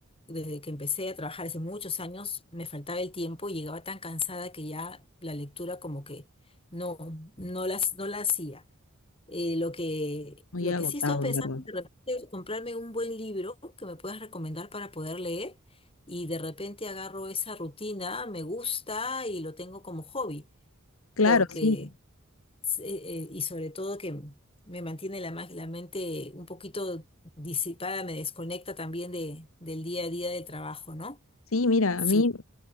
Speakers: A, on the left; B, on the left.
A: desde que empecé a trabajar hace muchos años, me faltaba el tiempo y llegaba tan cansada que ya la lectura como que no, no las, no la hacía. Eh, lo que,
B: Muy
A: lo
B: agotado,
A: que sí estoy pensando
B: en verdad.
A: es de repente comprarme un buen libro que me puedas recomendar para poder leer y de repente agarro esa rutina, me gusta y lo tengo como hobby,
B: Claro,
A: porque,
B: sí.
A: s- eh, eh, y sobre todo que me mantiene la, ma- la mente un poquito disipada, me desconecta también de, del día a día del trabajo, ¿no?
B: Sí, mira,
A: Sí.
B: a mí,